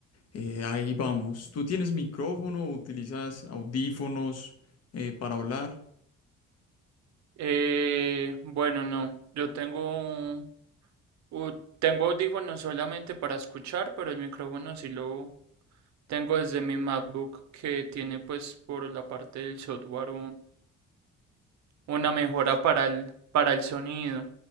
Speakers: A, on the left; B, on the right.
A: eh, ahí vamos. ¿Tú tienes micrófono o utilizas audífonos eh, para hablar?
B: Eh, bueno, no, yo tengo, un- u- tengo audífonos solamente para escuchar, pero el micrófono sí lo tengo desde mi MacBook que tiene pues por la parte del software una mejora para el, para el sonido.